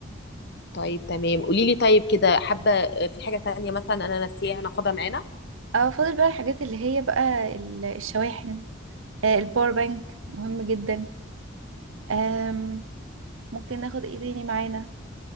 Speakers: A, on the left; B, on the right.
A: طيب تمام قولي لي طيب كده حابه آه، في حاجه تانية مثلا انا ناسيها ناخدها معانا
B: اه فاضل بقى الحاجات اللي هي بقى ال- الشواحن آه، الباور بانك مهم جدا آم، ممكن ناخد ايه تاني معانا